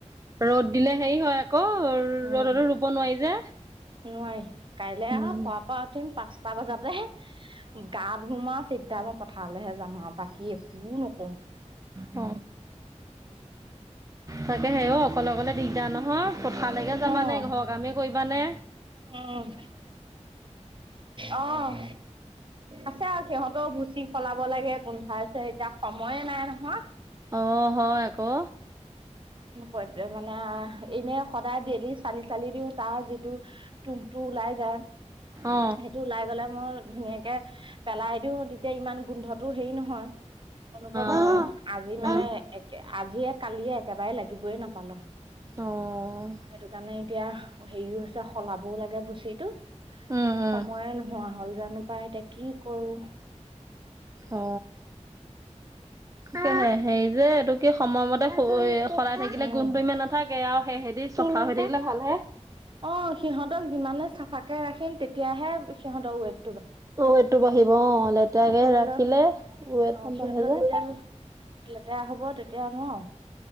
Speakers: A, on the right (about 25°); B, on the right (about 40°).
A: ৰ'দ দিলে হেৰি হয়, আকৌ
B: উম
A: ৰ'দতো ৰুব নোৱাৰি যে,
B: নোৱাৰি। কাইলে
A: উম
B: আৰু খুৱ পৰা উঠিম পাঁচটা বজাতে গাত ধুমা চিধা মই পথাৰলৈহে যাম আৰু বাকী একো নকও।
A: অ', অ, তাকে হে অ, অকলে অকলে দিগদাৰ নহয়। কথালৈকে যাবা
B: অঁ
A: নে ঘৰৰ কামে কৰিবা নে।
B: উম', আহ আছে, আৰু সিহঁতেও গুচি সলাব লাগে। গোন্ধাইছে এতিয়া সময়ে নাই নহয়।
A: অ', হয়। আকৌ
B: কোন মানে এনে সদায় ডেইলি চালি চালি দিও তাৰ যিটো তুংটো ওলাই যায়।
A: অ
B: সেইটো ওলাই গ'লে মই ধুনীয়াকে পেলাই দিও তেতিয়া ইমান গোন্ধটো হেৰি ন হয় অনুভৱ
A: অ
B: নহয়
A: উম
B: আজি মানে একে আজিয়ে কালিয়ে কেবাৰে লাগিবই নাপালো।
A: অঁ
B: কাৰণে এতিয়া হেৰিও হৈছে সলাবও লাগে ভুচিটো। এতিয়া
A: উম উম
B: সময়ে নোহোৱা হ'ল জানো পাই এতিয়া কি কৰো।
A: অ কেলে হেৰি যে এইটো কি সময়মতে সলাই থাকিলে
B: উম
A: গোন্ধটো ইমান নাথাক আৰু সেহেদি চফা হৈ থাকিলে ভাল হে।
B: অ সিহঁতক যিমানে চাফাকে ৰাখিম তেতিয়াহে সিহঁতৰ ৱেট
A: ৱেটটো বাঢ়িব অ লেতেৰাকে
B: সিহঁতৰ
A: ৰাখিলে ৱেট
B: অ
A: নাবাঢ়ে
B: সিহঁতৰ
A: যে।
B: যেতিয়া লেতেৰা হ'ব তেতিয়া নোৱাৰোঁ।